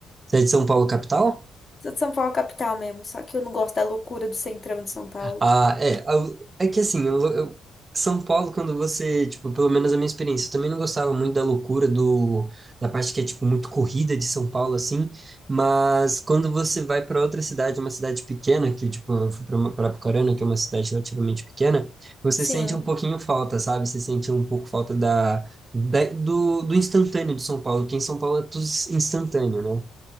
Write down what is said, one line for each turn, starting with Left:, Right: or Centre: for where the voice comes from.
Right: Você é de São Paulo, capital?
Left: Sou de São Paulo, capital mesmo, só que eu não gosto da loucura do centrão de São Paulo.
Right: Ah, é, eu- é que assim, eu- eu- São Paulo, quando você, tipo, pelo menos a minha experiência, eu também não gostava muito da loucura do, da parte que é, tipo, muito corrida de São Paulo, assim, mas quando você vai para outra cidade, uma cidade pequena, que, tipo, eu fui para Apucarana, que é uma cidade relativamente pequena, você
Left: Sim,
Right: sente um pouquinho falta, sabe? Você sente um pouco falta da, da- do, do instantâneo de São Paulo, porque em São Paulo é tudo instantâneo, né?